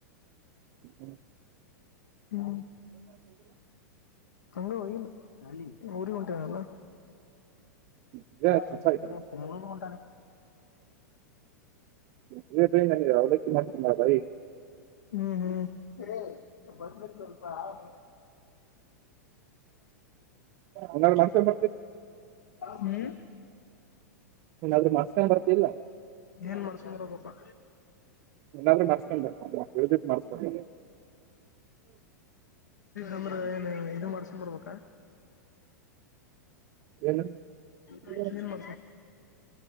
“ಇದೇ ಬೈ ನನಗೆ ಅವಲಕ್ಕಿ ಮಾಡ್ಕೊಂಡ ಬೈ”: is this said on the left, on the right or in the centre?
Right